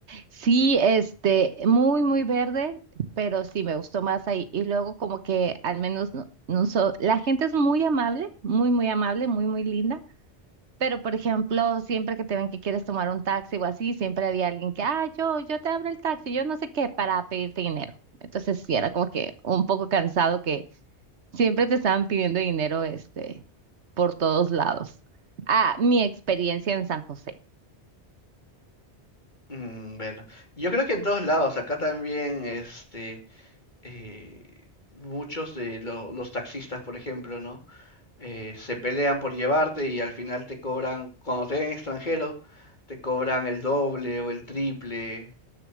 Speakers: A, on the right; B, on the left.
A: Sí, este, muy, muy verde, pero sí, me gustó más ahí. Y luego como que al menos no, no so- la gente es muy amable, muy, muy amable, muy, muy linda. Pero, por ejemplo, siempre que te ven que quieres tomar un taxi o así, siempre había alguien que, ah, yo, yo te abro el taxi, yo no sé qué, para pedirte dinero. Entonces sí, era como que un poco cansado Siempre te estaban pidiendo dinero, este, por todos lados. Ah, mi experiencia en San José.
B: Mm, bueno, yo creo que en todos lados, acá también, este, eh, muchos de lo- los taxistas, por ejemplo, ¿no? Eh, se pelean por llevarte y al final te cobran, como te ven extranjero, te cobran el doble o el triple,